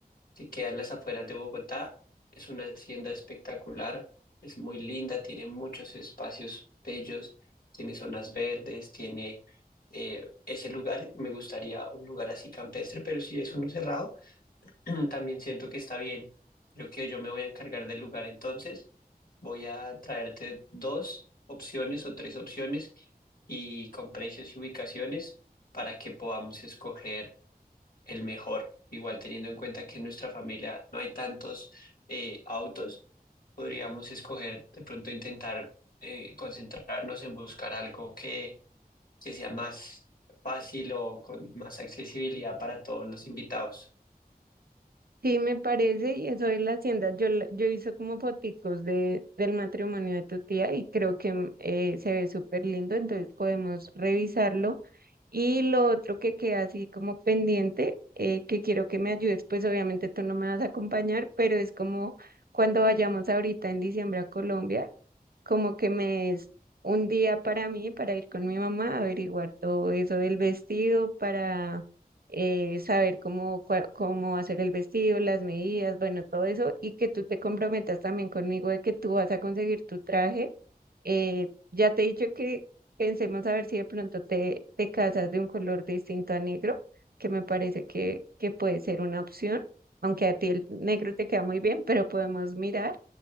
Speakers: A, on the left; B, on the right.
A: que queda en las afueras de Bogotá. Es una hacienda espectacular, es muy linda, tiene muchos espacios bellos, tiene zonas verdes, tiene eh, ese lugar, me gustaría un lugar así campestre, pero si es uno cerrado. <clears throat> También siento que está bien. Creo que yo me voy a encargar del lugar entonces. Voy a traerte dos opciones o tres opciones y con precios y ubicaciones para que podamos escoger el mejor. Igual teniendo en cuenta que en nuestra familia no hay tantos eh, autos, podríamos escoger de pronto intentar eh, concentrarnos en buscar algo que, que sea más fácil o con más accesibilidad para todos los invitados.
B: Sí, me parece, y eso es la hacienda. Yo, la- yo hice como foticos de, del matrimonio de tu tía y creo que mm, eh, se ve súper lindo, entonces podemos revisarlo. Y lo otro que queda así como pendiente, eh, que quiero que me ayudes, pues obviamente tú no me vas a acompañar, pero es como cuando vayamos ahorita en diciembre a Colombia, como que me es un día para mí, para ir con mi mamá a averiguar todo eso del vestido, para eh, saber cómo, cua- cómo hacer el vestido, las medidas, bueno, todo eso, y que tú te comprometas también conmigo de que tú vas a conseguir tu traje. Eh, ya te he dicho que pensemos a ver si de pronto te, te casas de un color distinto a negro, que me parece que, que puede ser una opción, aunque a ti el negro te queda muy bien, pero podemos mirar